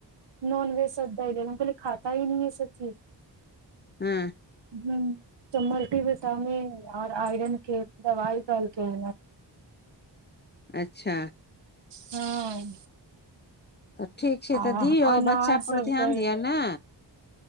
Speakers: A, on the right (about 70°); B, on the left (about 25°).
A: नॉन वेज सब द कलै खाता ही न सब चीज
B: हँ
A: हू मलटी बिटामिन और आयरन के दवाई देलके
B: अच्छा
A: हँ
B: तऽ ठीक छै
A: आ
B: तऽ दियौ
A: अनार
B: बच्चा पर
A: सब
B: ध्यान
A: दै लेल
B: दिअ ने